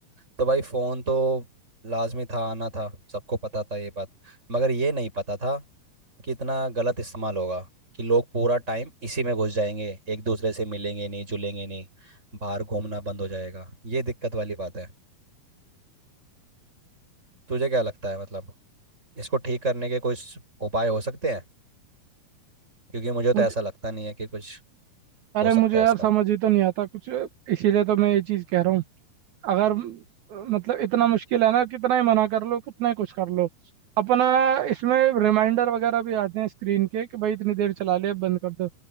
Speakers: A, on the right; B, on the right.
A: तो भाई फोन तो लाजमी था आना था सबको पता था ये बात मगर ये नहीं पता था कितना गलत इस्तेमाल होगा कि लोग पूरा टाइम इसी में घुस जाएंगे एक दूसरे से मिलेंगे नहीं जुलेंगे नहीं बाहर घूमना बंद हो जाएगा ये दिक्कत वाली बात है तुझे क्या लगता है मतलब इसको ठीक करने के कुछ उपाय हो सकते हैं क्योंकि मुझे तो
B: मुझे
A: ऐसा लगता नहीं है कि कुछ
B: अरे
A: हो सकता
B: मुझे
A: है
B: यार
A: इसका
B: समझ ही तो नहीं आता कुछ इसीलिए तो मैं ये चीज़ कह रहा हूँ अगर म- मतलब इतना मुश्किल है ना कितना ही मना कर लो कितना ही कुछ कर लो अपना इसमें रिमाइंडर वगैरह भी आते हैं स्क्रीन के कि भाई इतनी देर चला लिया बंद कर दो